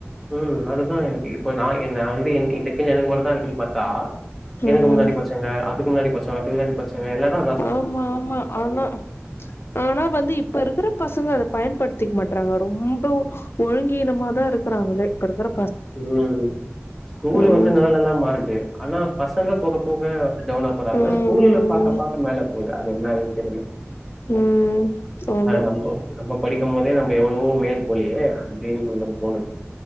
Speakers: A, in the centre; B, on the left.
A: ம் அதுதான் எனக்கு இப்ப நான் என்ன வந்து <unintelligible> இருக்குன்னு பாத்தா
B: ம்
A: எனக்கு முன்னாடி படிச்சவங்க அதுக்கு முன்னாடி படிச்சவங்க அதுக்கு முன்னாடி படிச்சவங்க எல்லாரும்
B: ஆமா ஆமா ஆனா ஆனா வந்து இப்ப இருக்கற பசங்க அத பயன்படுத்திக்க மாட்றாங்க ரொம்ப ஒழுங்கீனமா தான் இருக்கறாங்கலே இப்ப இருக்கற
A: ம் ஸ்கூல்ல
B: ம்
A: வந்து நெலங்கல மாறுது ஆனா பசங்க போக போக வந்து டெவலப்பர் ஆக
B: ம்
A: ஸ்கூல்ல பாக்க
B: ம்
A: பாக்க மேல போவுது அது என்னனு தெரில
B: ம் ஆமா
A: ஆ நம்ப நம்ம படிக்கும் போதே நம்ம எவ்வளவோ மேல் போலியே அப்டினு நமக்கு தோணுது